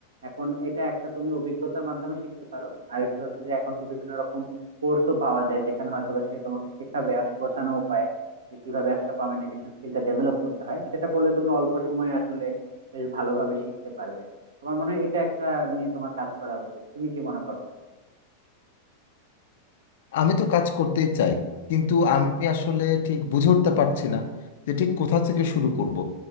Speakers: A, on the right (about 70°); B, on the left (about 55°).
A: এখন এটা একটা তুমি অভিজ্ঞতার মাধ্যমে শিখতে পারো আরেকটা হচ্ছে যে এখন তো বিভিন্ন রকম কোর্সও পাওয়া যায় যেখানে হয়তোবা সে তোমাকে শেখাবে অনেক গোছানো উপায় যে কিভাবে আসলে কমিউনিকেশন স্কিলটা ডেভেলপ করতে হয় সেটা করলে তুমি অল্প সময়ে আসলে বেশ ভালোভাবে শিখতে পারবে তোমার মনে হয় এটা একটা নিয়ে তোমার কাজ করা উচিত তুমি কি মনে করো
B: আমি তো কাজ করতেই চাই কিন্তু আমি আসলে ঠিক বুঝে উঠতে পারছি না যে ঠিক কোথা থেকে শুরু করব।